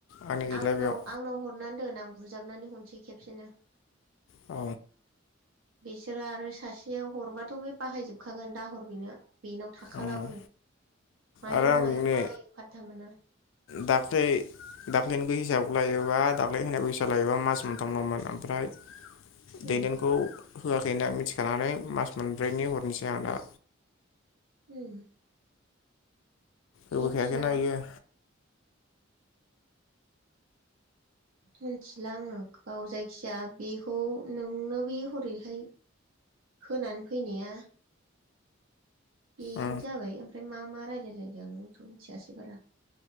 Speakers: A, on the left; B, on the right.
A: आंनि गैला
B: आंनाव
A: बेयाव
B: आंनाव हरनानै दोन आं बुजाबनानै हरसै खेबसेनो।
A: अ
B: बिसोरो आरो सासेया हरबाथ' बे बाहायजोबखागोन दाहर बेनो। बेनाव थाखालाबो
A: उम।
B: मायाव
A: आरो आंनो
B: मायाव बाहायो फाथथा मोना।
A: दाख्लै दाख्लैनि हिसाब लायोबा दाख्लै होनाय हिसाब लायोबा मास मोनथामखौ हमना ला ओमफ्राय दैदेनखौ
B: उम
A: होआखै होनना मिथिखानानै मास मोनब्रैनि हरनोसै आं दा।
B: उम जायखिया
A: होफैखायाखै ना इयो
B: मिथिला आङो गाव जायखिया बेखौ नोंनो बे हरैहाय होनानै फैनाया बेनो
A: उम
B: जाबाय ओमफ्राय मा मा रायलायलायदों आंबोथ' मिथियासै बारा।